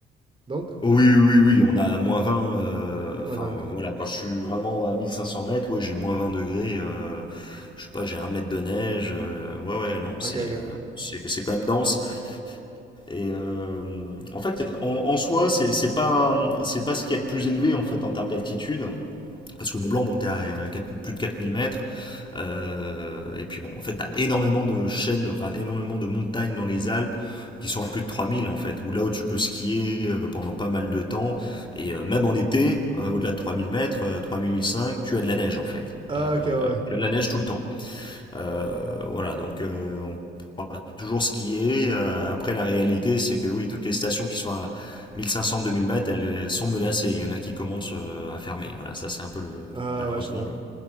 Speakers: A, on the right; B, on the left.
A: donc?
B: oui, oui, oui, on a moins 20, euh, enfin
A: Ouais, ben, OK.
B: voilà, quand je suis vraiment à 1500 mètres, ouais, j'ai moins vingt degrés, euh, je sais pas, j'ai un mètre de neige, euh, ouais, ouais, non,
A: OK,
B: c'est
A: OK.
B: euh, c'est c'est quand même dense. Et euh, en fait, en, en soi, c'est c'est pas, c'est pas ce qu'il y a de plus élevé en fait en termes d'altitude. Parce que Mont Blanc montait à euh, quatre- plus de 4000 mètres. Euh, et puis bon, en fait, t'as énormément de chaînes, enfin énormément de montagnes dans les Alpes qui sont en plus de 3000 en fait, où là où tu peux skier euh, pendant pas mal de temps, et euh, même en été, euh, au-delà de 3000 mètres, euh, 3005, tu as de la neige en fait.
A: Ah,
B: Euh,
A: ok, ouais, ouais.
B: tu as de
A: ouais.
B: la neige tout le temps. Euh, voilà, donc euh, on pourra toujours skier. Euh, après, la réalité, c'est que oui, toutes les stations qui sont à mille cinq cents, deux mille mètres, elles, elles sont menacées. Il y en a qui commencent euh, à fermer. Voilà, ça c'est un peu le,
A: Ah,
B: malheureusement
A: ouais, je comprends.
B: le,